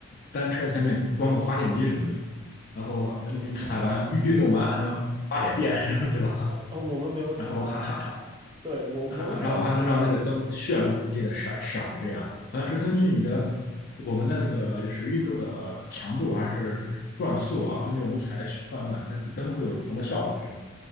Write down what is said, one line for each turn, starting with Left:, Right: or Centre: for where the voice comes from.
Left: 单车前面装个发电机什么的，然后你踩完运动完还能发点电，<laughs> 对吧？
Right: 呃呃，我们没有踩发，
Left: 然后哈哈哈。
Right: 对，我我们没有踩发电机。
Left: 啊，然后还能让那个灯炫丽的闪闪着呀，好像是根据你的我们的那个就是运动的强度还是转速啊，根据我们踩的快慢，它这个灯会有不同的效果，是吗？